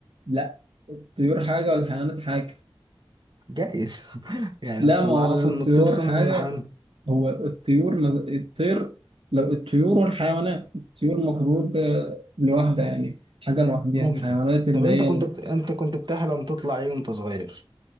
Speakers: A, on the right; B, on the right.
A: لا الطيور حاجه والحيوانات حاجه
B: جايز <laughs> يعني
A: لا
B: بس
A: ما
B: اللي
A: هو
B: اعرفه
A: الطيور
B: ان الطيور صنف
A: حاجه
B: من الحيوانات
A: هو الطيور ما... الطير لو الطيور والحيوانات الطيور المفروض آه، لوحدها يعني حاجه لوحدها
B: ممكن
A: الحيوانات اللي
B: طب انت
A: هي
B: كنت بت... انت كنت بتحلم تطلع ايه وانت صغير